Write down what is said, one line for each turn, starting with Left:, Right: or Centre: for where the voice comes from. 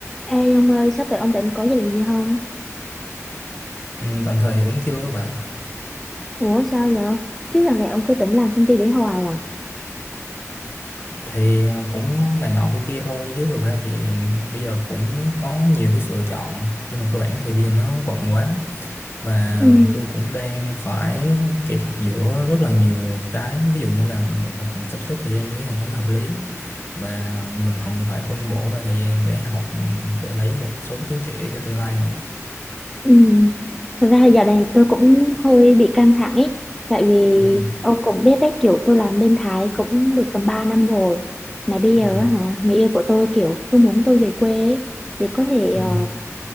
Centre: Ê ông ơi, sắp tới ông định có gia đình gì không?
Left: Ừ, tạm thời vẫn chưa bà
Centre: Ủa sao vậy? Chứ lần này ông cứ định làm công ty để hoài à?
Left: thì cũng này nọ kia kia thôi chứ thực ra thì bây giờ cũng có nhiều cái sự lựa chọn nhưng mà cơ bản thì bây giờ nó bận quá và
Centre: Ừ,
Left: tôi cũng đang phải kẹt giữa rất là nhiều cái ví dụ như là mình phải cần sắp xếp thời gian như thế này cho nó hợp lý và mình còn phải phân bổ ra thời gian để học để lấy một số cái chứng chỉ cho tương lai nữa
Centre: ừ. Thực ra giờ này tôi cũng hơi bị căng thẳng ấy. Tại vì
Left: ừ,
Centre: ông cũng biết đấy kiểu tôi làm bên Thái cũng được tầm 3 năm rồi. Mà bây
Left: ừ,
Centre: giờ á hả, người yêu của tôi kiểu cứ muốn tôi về quê ấy, để có thể
Left: ừ,
Centre: ờ,